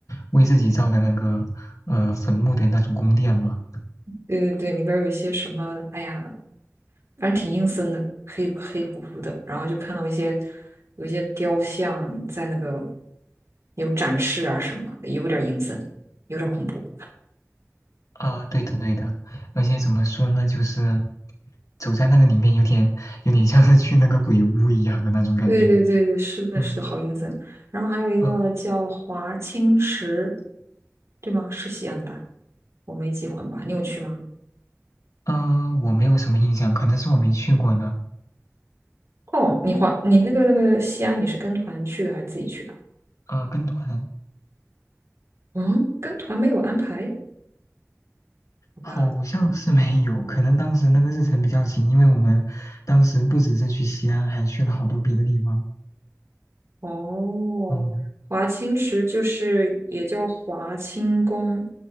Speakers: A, on the left; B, on the right.
A: 为自己造的那个呃坟墓的那种宫殿嘛。
B: 对对对，里边有一些什么，哎呀，反正挺阴森的，黑黑乎乎的。然后就看到一些有一些雕像在那个有展示啊什么的，有点阴森，有点恐怖。
A: 啊，对的对的，而且怎么说呢，就是走在那个里面有点有点像是去那个鬼屋一样的那种感觉。
B: 对对对对，是的，
A: 嗯
B: 是的，好阴森。然后还有一个叫华清池，
A: 嗯
B: 对吗？是西安的吧？我没记混吧？你有去吗？
A: 嗯，呃我没有什么印象，可能是我没去过呢。
B: 哦，你华，你那个那个西安，你是跟团去的还是自己去的？
A: 啊，跟团
B: 嗯，跟团没有安排，好吧。
A: 好像是没有，可能当时那个日程比较紧，因为我们当时不只是去西安，还去了好多别的地方。
B: 哦，
A: 嗯。
B: 华清池就是也叫华清宫，